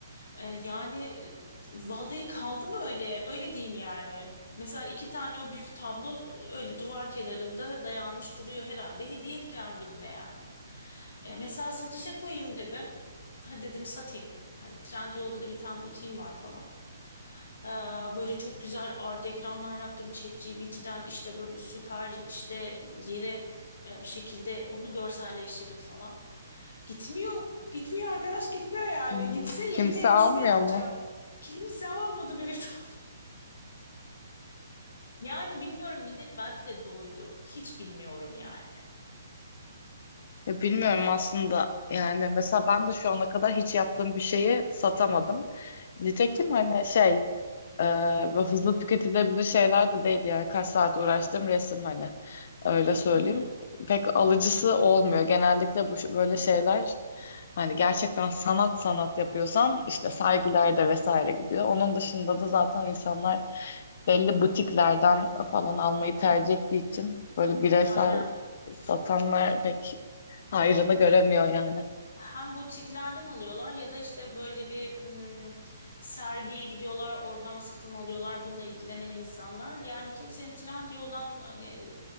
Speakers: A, on the left; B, on the left.
A: E, yani e, vallahi kaldı mı öyle? Öyle diyeyim yani. Mesela iki tane o büyük tablo öyle duvar kenarında dayanmış duruyor herhalde. Hediye edeceğim birine yani. E, mesela satışa koyayım dedim hadi dedim satayım. Hani Trendyol'da da bir tane butiğim var falan. Ee, böyle çok güzel art ekranlar yaptım. ChatGPT'den işte böyle süper işte yere e, bir şekilde onu görselleştirdim falan. Gitmiyor. Gitmiyor arkadaş gitmiyor yani.
B: Hmm.
A: Gitse yerine
B: Kimse
A: yenisini
B: almıyor
A: yapacağım.
B: mu?
A: Kimse almadı beni. <laughs> Yani bilmiyorum millet belki de doydu. Hiç bilmiyorum yani.
B: Ya bilmiyorum aslında. Yani mesela ben de şu ana kadar hiç yaptığım bir şeyi satamadım. Nitekim
A: Hı hı,
B: hani şey Ee, ve hızlı tüketilebilir şeyler de değildi yani kaç saat uğraştım resim hani öyle söyleyeyim
A: hı hı.
B: pek alıcısı olmuyor genellikle bu böyle şeyler hani gerçekten sanat sanat yapıyorsam işte sergilerde vesaire gidiyor onun dışında da zaten insanlar belli butiklerden falan almayı tercih ettiği için böyle bireysel
A: Aynen.
B: satanlar pek hayrını göremiyor yani
A: hem butiklerden alıyorlar ya da işte böyle bir mm, sergiye gidiyorlar oradan satın alıyorlar bununla ilgilenen insanlar. Yani kimsenin Trendyol'dan hani